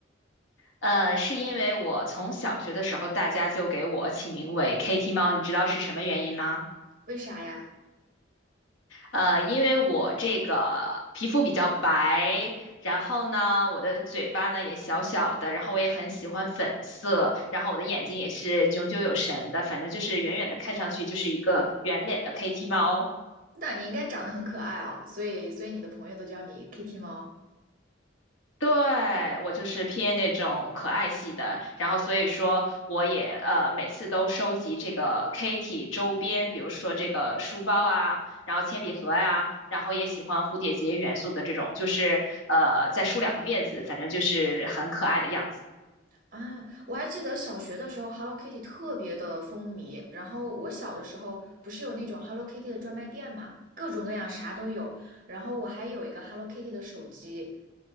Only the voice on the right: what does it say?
为啥呀？
那你应该长得很可爱哦，所以所以你的朋友都叫你 Kitty 猫
啊！我还记得小学的时候，Hello Kitty 特别的风靡。然后我小的时候不是有那种 Hello Kitty 的专卖店嘛，各种各样啥都有。然后我还有一个 Hello Kitty 的手机，